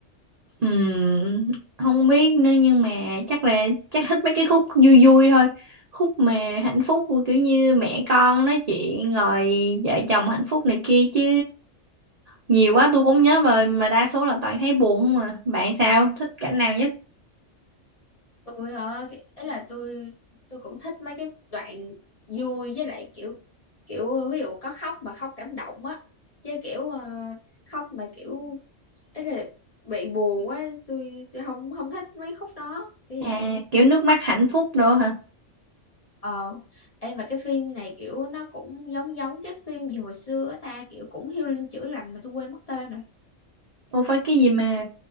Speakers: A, on the right (about 50°); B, on the left (about 35°).
A: Ừm, không biết nữa nhưng mà chắc là chắc thích mấy cái khúc vui vui thôi khúc mà hạnh phúc kiểu như mẹ con nói chuyện rồi vợ chồng hạnh phúc này kia chứ nhiều quá tôi cũng nhớ rồi mà đa số là toàn thấy buồn không à bạn sao thích cảnh nào nhất
B: tôi hả cái- ấy là tôi tôi cũng thích mấy cái đoạn vui với lại kiểu kiểu ví dụ có khóc mà khóc cảm động á chứ kiểu ờ, khóc mà kiểu ấy là bị buồn quá tôi tôi không không thích mấy khúc đó kiểu
A: à
B: vậy
A: kiểu nước mắt hạnh phúc đồ hả
B: ờ em mà cái phim này kiểu nó cũng giống giống cái phim gì hồi xưa á ta kiểu cũng healing chữa lành mà tôi quên mất tên rồi
A: ô phải cái gì mà